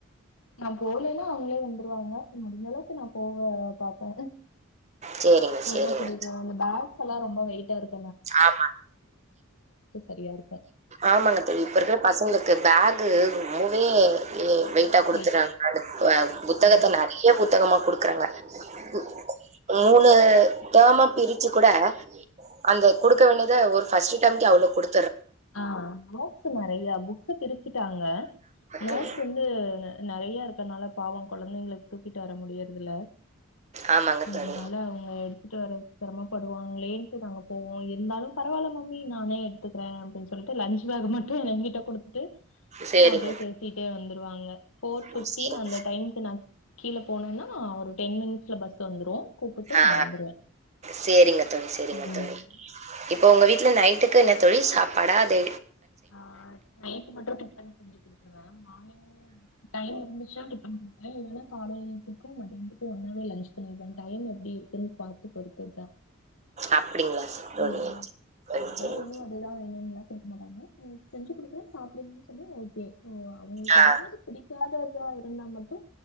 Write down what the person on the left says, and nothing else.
நா போலன்னா அவுங்களே வந்துருவாங்க முடிஞ்ச அளவுக்கு நா போக பாப்பே
போய்தா
கூட்டிட்டு வரணு அந்த பேக் எல்லா ரொம்ப வெய்ட்டா இருக்கு
சரியா இருக்கு
ரொம்ப
வெயிட்டு
ம்
ஆ நோட்ஸு நெறைய புக்ஸு பிரிச்சு ட்டாங்க நோட்ஸ்
வந்து நெ றைய இருக்கனால பாவம் கொழந்தைங்களுக்கு தூக்கிட்டு வர முடியறதில்ல
அதுனால
அவுங்க எடு <unintelligible> சிரமபடுவாங்களேன் டு நாங்க போவோ இருந்தாலும் பரவால்ல மம்மி நானே எடுத்துகிறே அப் பின் சொல்ட்டு லன்ச்சு பேக மட்டு எனகிட்ட குடுத் டு
அப்டியே பேசிட்டே வந்து ருவாங்க ஃபோர்
ஃபிஃப்டீன்
அந்த டைம்கு நா கீழ போனென்னா ஒரு டென் மினிட்ஸ்ல பஸ் வந்துரு கூப்புட்டு
நா வந்துருவே
ம்
ஆ நைட்டு மட்டு டிபன் செஞ்சு குடுத்துருவே மார்னிங் டைம் இருந்துச்சுனா டிபன் குடுப்பே இல்லனா காலை கும் மதியத்துக்கு ஒன்னாவே லன்ச் பண்ணிடுவே டைம் எப்டி இருக்குன் பா து பொறுத்த தா
உம்
இதுதா
வேணு அதுதா வேணுன்லா கேக்க மாட்டாங்க செஞ்சு குடுக்குறே சாப்டுன்னு சொன்னெ ஓகே ஓ அவுங்களுக்கு
எதாது பிடிக்காததா இருந்தா மட்டு